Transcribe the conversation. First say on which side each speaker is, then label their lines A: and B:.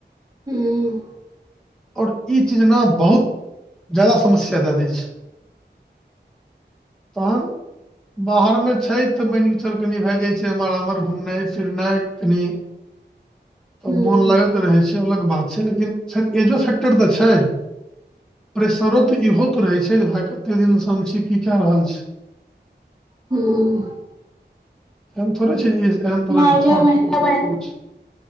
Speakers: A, on the right; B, in the centre.
A: हुँ
B: और ई चीज नऽ बहुत जादा समस्या दए दै छै तहन। बाहर मे छै तऽ मान कऽ चल कनि भए जाइ छै, एमहर आमहर घुमनाइ फिरनाइ कनि तऽ
A: हुँ
B: मोन लगैत रहै छै अलग बात छै लेकिन सर एजो फेक्टर तऽ छै। प्रेेशरो तऽ इहो तऽ रहै छै जे भाय कते दिनसँ हम छी की कए रहल छी
A: हूं।
B: एहेन थोड़े छै एहेन तरह के
A: अगिला
B: थोट
A: मही
B: <unintelligible> छै